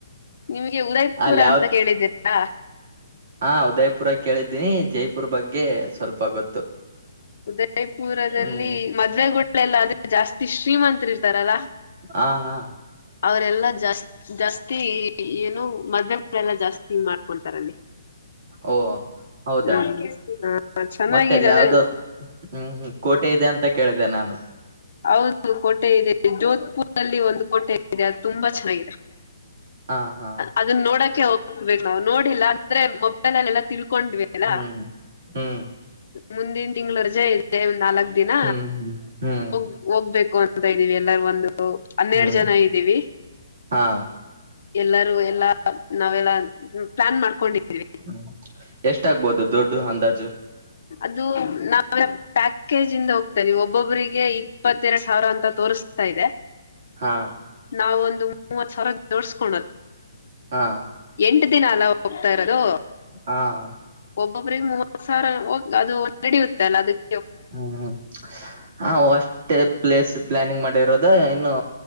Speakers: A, on the left (about 60°); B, on the right (about 50°).
A: ನಿಮ್ಗೆ ಉದಯಪುರ
B: ಅಲ್ಲಿ
A: ಅಂತ ಕೇಳಿದ್ದೀರಾ.
B: ಆ ಉದಯ್ ಪುರ ಕೇಳಿದ್ದೀನಿ ಜೈಪುರ್ ಬಗ್ಗೆ ಸ್ವಲ್ಪ ಗೊತ್ತು.
A: ಉದಯಪುರದಲ್ಲಿ
B: ಹ್ಮ್
A: ಮದ್ವೆಗುಳೆಲ್ಲ ಅಂದ್ರೆ ಜಾಸ್ತಿ ಶ್ರೀಮಂತರಿರ್ತಾರಲ್ಲಾ
B: ಹಾ ಹಾ.
A: ಅವರೆಲ್ಲಾ ಜಾಸ್ ಜಾಸ್ತಿ ಏನು ಮದ್ವೆ ಎಲ್ಲಾ ಜಾಸ್ತಿ ಮಾಡ್ಕೊಂತಾರಲ್ಲಿ.
B: ಓ ಹೌದಾ
A: ಹ್ಮ ಹಾ ಚೆನ್ನಾಗಿದೆ
B: ಮತ್ತೆ ಅಲ್ಲಿ
A: ಅದೇ
B: ಯಾವ್ದೋ ಹ್ಮ್ ಹ್ಮ ಕೋಟೆ ಇದೆ ಅಂತ ಕೇಳಿದೆೆ ನಾನು.
A: ಹೌದು ಕೋಟೆ ಇದೆ ಜೋದ್ಪುರಲ್ಲಿ ಒಂದು ಕೋಟೆ ಇದೆ ಅದು ತುಂಬಾ ಚೆನ್ನಾಗಿದೆ.
B: ಹಾ.
A: ಅದನ್ನ ನೋಡಕೆ ಹೋಗ್ಬೇಕ ನಾವು ನೋಡಿಲ್ಲ ಅಂದ್ರೆ ಮೊಬೈಲ್ ಅಲ್ಲಿ ಎಲ್ಲಾ ತಿಳ್ಕೊಂಡ್ವಿ. ಅಲ್ಲ
B: ಹ್ಮ್ ಹ್ಮ್.
A: ಮುಂದಿನ ತಿಂಗಳ ರಜೆ ಇದೆ ಒಂದ್ ನಾಲ್ಕ್ ದಿನ
B: ಹ್ಮ್ ಹ್ಮ್ ಹ್ಮ್
A: ಹೋಗ್ ಹೋಗ್ಬೇಕು ಅಂತ ಇದ್ದೀವಿ ಎಲ್ಲಾರು ಒಂದು ಹನ್ನೆರಡು
B: ಹ್ಮ್
A: ಜನ ಇದಿವಿ.
B: ಹಾ
A: ಎಲ್ಲರೂ ಎಲ್ಲಾ ನಾವೆಲ್ಲಾ ಪ್ಲಾನ್ ಮಾಡ್ಕೊಂಡಿದೀವಿ.
B: ಹ್ಮ್ ಎಷ್ಟಾಗ್ಬೋದು ದುಡ್ಡು ಅಂದಾಜು.
A: ಅದು ನಾವ್ ಪ್ಯಾಕೇಜ ಇಂದ ಹೋಗ್ತಾ ಇದಿವಿ ಒಬ್ಬೊಬ್ಬ್ರಿಗೆ ಇಪ್ಪತ್ತೆರಡ್ ಸಾವಿರ ಅಂತ ತೋರಸ್ ತಾ ಇದೆ.
B: ಹಾ.
A: ನಾವ ಒಂದು ಮೂವತ್ ಸಾವರ ಜೋಡ್ಸ್ಕೊಣೋದ್.
B: ಹಾ.
A: ಎಂಟು ದಿನ ಅಲ್ಲ ಹೋಗ್ತಾ ಇರೋದು.
B: ಹಾ ಹಾ.
A: ಒಬ್ಬೊಬ್ರಿಗೆ ಮೂವತ್ ಸಾವಿರ ಹೋಗ್ ಅದು ನಡಿಯುತ್ತೆ ಅಲ್ಲಾ ಅದಕ್
B: ಹ್ಮ್ ಹ್ಮ್ ಹಾ ಒಷ್ಟೇ ಪ್ಲೇಸ್ ಪ್ಲಾನಿಂಗ್ ಮಾಡಿರೋ ಅ ಇನ್ನು